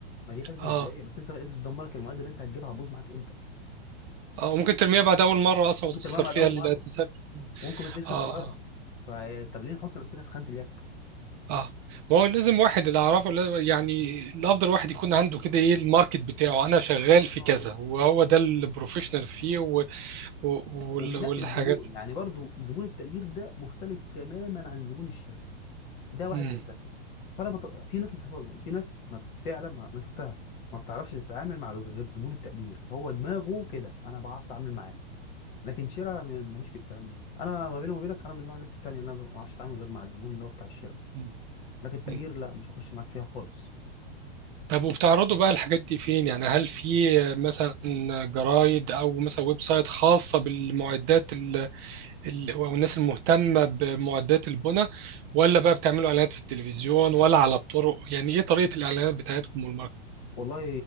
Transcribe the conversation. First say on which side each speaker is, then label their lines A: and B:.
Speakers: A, on the left; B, on the right.
A: ما دي حزمه
B: اه
A: مبدئيه بس انت ايدز تدمرك المعده اللي انت هتجيبها هتبوظ معاك امتى
B: اه وممكن ترميها بعد اول مره اصلا
A: ممكن
B: وتخسر
A: ترميها بعد
B: فيها
A: اول
B: التسافر
A: مره وممكن ما تلاقيش
B: اه
A: قطع غيارها
B: آه.
A: فطب ليه نحط نفسنا في خانه اليك
B: اه
A: بس
B: ما هو لازم واحد اللي اعرفه لا- يعني الافضل واحد يكون عنده كده ايه الماركت بتاعه انا شغال
A: الله
B: في
A: ينور
B: كذا
A: عليك
B: وهو ده البروفيشنال فيه و... و... وال-
A: وبينقي
B: والحاجات
A: الزبون يعني برضو زبون التأجير ده مختلف تماما عن زبون الشراء ده واحد
B: مم.
A: غير ده فانا بط... في ناس بتفضل في ناس ما فعلا ما... انا شفتها ما بتعرفش تتعامل مع غز- غير زبون التقدير هو دماغه كده انا بعرف اتعامل معاه لكن شراء م- ماليش في الكلام ده انا ما بيني وما بينك انا من نوع الناس التانية اللي انا ما بعرفش اتعامل غير مع الزبون اللي هو بتاع الشراء
B: مم.
A: لكن التقدير
B: مم.
A: لا مش هخش معاك فيها خالص
B: طب وبتعرضوا بقى الحاجات دي فين يعني هل في مثلا جرايد او مثلا ويب سايت خاصة بالمعدات ال... ال... او الناس المهتمة بمعدات البنى ولا بقى بتعملوا اعلانات في التلفزيون ولا على الطرق يعني ايه طريقة الاعلانات بتاعتكم والماركت
A: والله